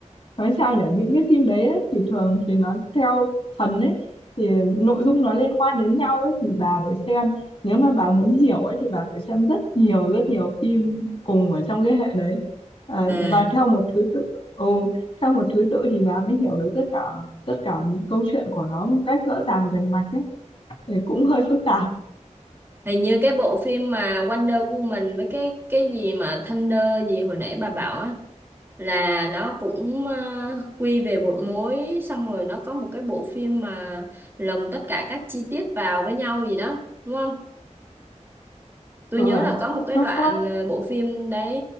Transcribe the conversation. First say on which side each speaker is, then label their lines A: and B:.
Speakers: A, on the left; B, on the right.
A: nói sao nhỉ những cái phim đấy ấy, thì thường thì nó theo phần ấy thì nội dung nó liên quan đến nhau ấy thì bà phải xem nếu mà bà muốn hiểu ấy thì bà phải xem rất nhiều rất nhiều phim cùng ở trong cái hệ đấy à,
B: à
A: và theo một thứ tự ừ, theo một thứ tự thì bà mới hiểu được tất cả tất cả câu chuyện của nó một cách rõ ràng rành mạch ấy thì cũng hơi phức tạp
B: hình như cái bộ phim mà Wonder Woman với cái cái gì mà Thunder gì hồi nãy bà bảo á là nó cũng ờ, quy về một mối xong rồi nó có một cái bộ phim mà lồng tất cả các chi tiết vào với nhau gì đó đúng không tôi
A: ừ
B: nhớ
A: à
B: là có một cái
A: nó
B: đoạn
A: có
B: ờ, bộ phim đấy